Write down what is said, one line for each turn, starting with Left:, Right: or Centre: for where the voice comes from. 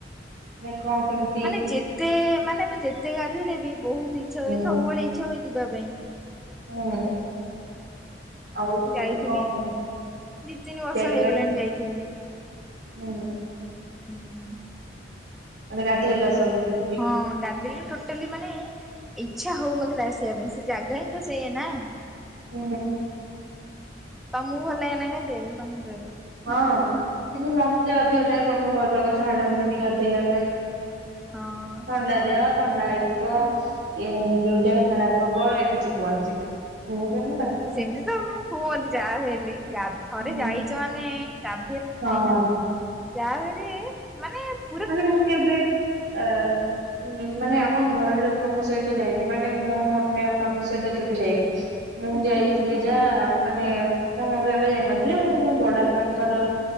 Right: ନାଇଁ କଣ କେମ୍
Centre: ମାନେ ଯେତେ-ଏ ମାନେ, ମୁଁ ଯେତେ ଗାଧଥିଲେ ବି ବହୁତ ଇଛା ହୁଏ,
Right: ହୁଁ।
Centre: ସବୁବେଳେ ଇଚ୍ଛା ହୁଏ ଯିବା ପାଇଁ।
Right: ହୁଁ। ଆଉ,
Centre: ଯାଇଥିଲି
Right: ମାନେ କଣ ସବୁ
Centre: ଦି ତିନି ବର୍ଷ
Right: ଯାଇଲ
Centre: ହେଇଗଲାଣି
Right: ହୁଁ
Centre: ଯାଇଥିଲି
Right: ହୁଁ।
Centre: ହୁଁ।
Right: ମାନେ ଗାଧେଇଲ ସବୁ ହୁ।
Centre: ହଁ, ଗାଧେଇଲ ଟୋଟ୍ ଟାଲି ମାନେ ଇଚ୍ଛା, ହଉନଥିଲା ଆସିବା ପାଇଁ। ସେ ଜାଗା ହିଁ ତ ସେୟା ନାଁ।
Right: ହୁଁ।
Centre: ତମକୁ ଭଲ ଲାଗେନା ଗାଧେଇବାପାଇଁ ସମୁଦ୍ରରେ?
Right: ହଁ, କିନ୍ତୁ ମତେ ଅଧିକ ଟାଇମ୍ ଆମ ଘର ଲୋକ ଛାଡନ୍ତିନି, ଗାଧୋଇବା ପାଇଁ।
Centre: ହଁ।
Right: ଥଣ୍ଡା ଦେହ। ଥଣ୍ଡା ହେଇଯିବ, ଏ ଯୋଉ ଦେହ ଖରାପ ହବ, ଏମିତି କୁହନ୍ତି। ମୁଁ କିନୁ ଗାଧାଏ।
Centre: ଏମତି ତ କୁହନ୍ତି ଯାହା ହେଲେ। ଗାଧ ଥରେ
Right: ହୁଁ
Centre: ଯାଇଛ ମାନେ ଗାଧଇଲେ
Right: ହଁ
Centre: ଫାଇନାଲି ଯାଏ ଭାରି ମାନେଏପ୍
Right: ମାନେ ମୁଁ କେବେ ଆ ହୁଁ, ମାନେ ଆମ ଘର ଲୋକଙ୍କ ସହିତ ଯାଇନି। ମାନେ ମୋ ମମି ବାପାଙ୍କ ସହିତ କେବେ ଯାଇନି? ମୁଁ ଯାଇଥିଲି ଯାହା, ମାନେ ମୋ ମମି ବାପା ଯାଇନଥିଲେ। ମୁଁ ମୋ ବଡଆପାଙ୍କର